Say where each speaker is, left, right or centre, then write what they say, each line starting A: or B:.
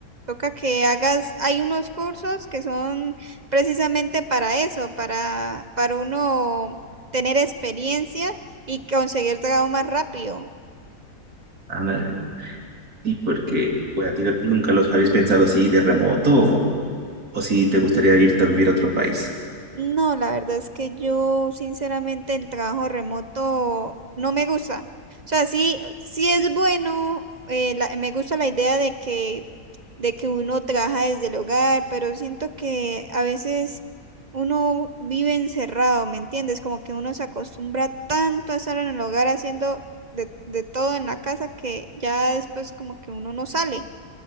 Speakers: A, on the right; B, on the right.
A: toca que hagas, hay unos cursos que son precisamente para eso, para, para uno tener experiencia y conseguir trabajo más rápido.
B: ándale. Y porque, bueno, ¿a ti no- nunca los habías pensado así de remoto o, o si te gustaría irte a vivir a otro país?
A: No, la verdad es que yo, sinceramente, el trabajo remoto no me gusta. O sea, sí, sí es bueno, eh, la- me gusta la idea de que de que uno trabaja desde el hogar, pero siento que a veces uno vive encerrado, ¿me entiendes? Como que uno se acostumbra tanto a estar en el hogar haciendo de, de todo en la casa que ya después como que uno no sale.